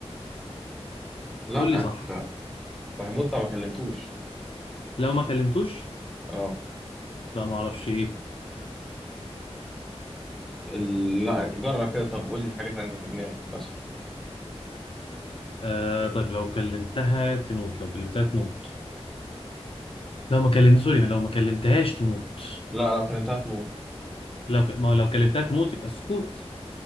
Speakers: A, in the centre; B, on the left (about 55°).
A: لا
B: قول لي صح
A: ده ده هيموت لو ما كلمتوش
B: لو ما كلمتوش
A: اه
B: لا ما اعرفش ايه
A: ال... لا جرب كده طب قول لي حاجة تانية في دماغك بس
B: آه طيب لو كلمتها تموت لو كلمتها تموت لو ما كلمت سوري لو ما كلمتهاش تموت
A: لا لو كلمتها تموت
B: لو ك... ما لو كلمتها تموت يبقى السكوت